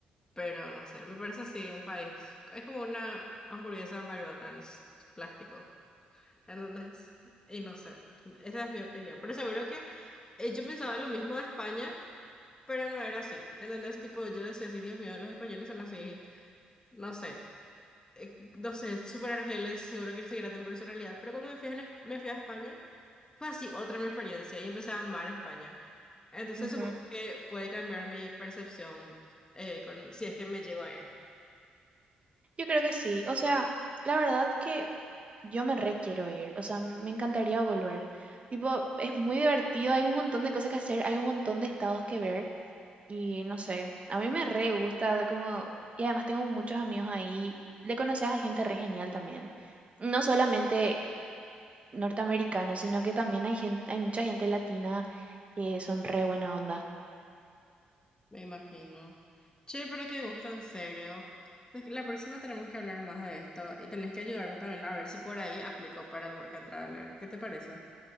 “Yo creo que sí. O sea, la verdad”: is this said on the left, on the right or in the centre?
Right